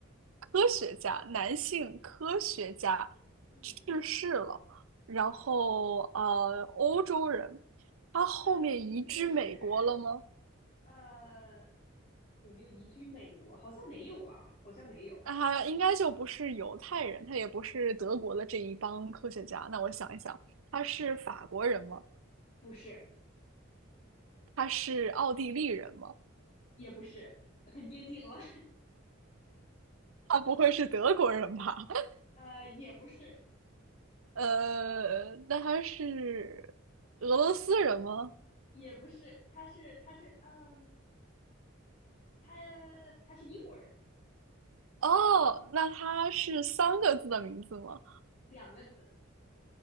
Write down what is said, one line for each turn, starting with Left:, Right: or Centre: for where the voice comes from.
Right: 科学家，男性科学家，
Left: 嗯嗯，
Right: 去世了。然后呃，欧洲人，他后面移居美国了吗？
Left: 他的名字是呃，有没有移居美国？好像没有吧？好像没有，
Right: 那他应该就不是犹太人，他也不是德国的这一帮科学家。那我想一想，他是法国人吗？
Left: 不是，
Right: 他是奥地利人吗？
Left: 也不是，很接近了，
Right: 他不会是德国人吧？<laughs>
Left: <laughs> 呃，也不是，
Right: 呃，那他是俄罗斯人吗？
Left: 也不是，他是他是嗯，他他是英国人，
Right: 哦，那他是三个字的名字吗
Left: 两个字。